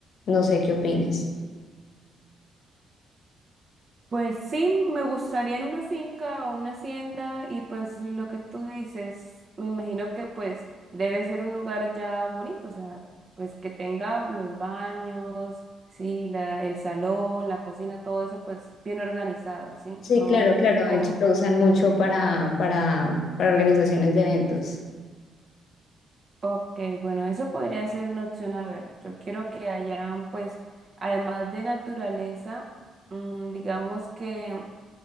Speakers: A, on the left (about 65°); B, on the right (about 40°).
A: No sé qué opines.
B: Pues sí, me gustaría en una finca o una hacienda y pues lo que tú dices, me imagino que pues debe ser un lugar ya bonito, o sea, pues que tenga los baños, sí, la, el salón, la cocina, todo eso pues bien organizado, ¿sí?
A: Sí,
B: No
A: claro, claro.
B: como,
A: De hecho, lo usan mucho para, para, para organizaciones de eventos.
B: ok, bueno, eso podría ser una opción, a ver, yo quiero que hayan pues, además de naturaleza, mm, digamos que